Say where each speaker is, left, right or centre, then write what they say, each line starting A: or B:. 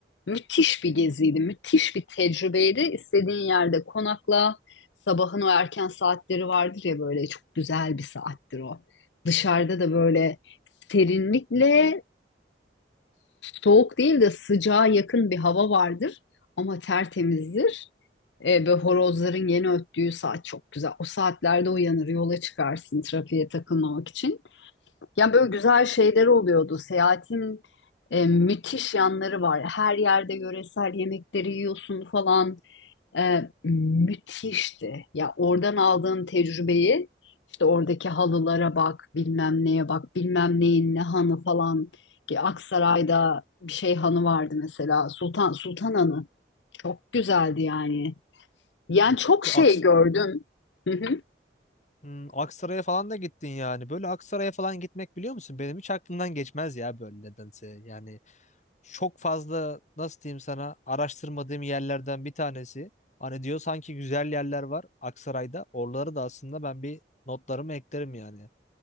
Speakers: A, on the left; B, on the left.
A: müthiş bir geziydi, müthiş bir tecrübeydi. İstediğin yerde konakla. Sabahın o erken saatleri vardır ya böyle çok güzel bir saattir o. Dışarıda da böyle serinlikle soğuk değil de sıcağa yakın bir hava vardır ama tertemizdir. E, ve horozların yeni öttüğü saat çok güzel. O saatlerde uyanır, yola çıkarsın trafiğe takılmamak için. Yani böyle güzel şeyler oluyordu. Seyahatin e, müthiş yanları var. Her yerde yöresel yemekleri yiyorsun falan. E, müthişti. Ya oradan aldığın tecrübeyi işte oradaki halılara bak, bilmem neye bak, bilmem neyin ne hanı falan. Ki Aksaray'da bir şey hanı vardı mesela. Sultan Sultan Hanı. Çok güzeldi yani. Yani çok
B: Bir
A: şey
B: Aks
A: gördüm. <laughs>
B: Hmm, Aksaray'a falan da gittin yani. Böyle Aksaray'a falan gitmek biliyor musun? Benim hiç aklımdan geçmez ya böyle nedense. Yani çok fazla nasıl diyeyim sana araştırmadığım yerlerden bir tanesi. Hani diyor sanki güzel yerler var Aksaray'da. Oraları da aslında ben bir notlarımı eklerim yani.